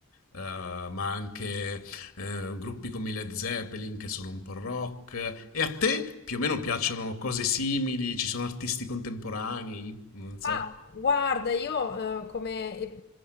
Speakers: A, on the left; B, on the left.
A: eh, ma anche eh, gruppi come i Led Zeppelin che sono un po' rock. E a te più o meno piacciono cose simili? Ci sono artisti contemporanei? Non so.
B: Ma guarda, io eh, come e-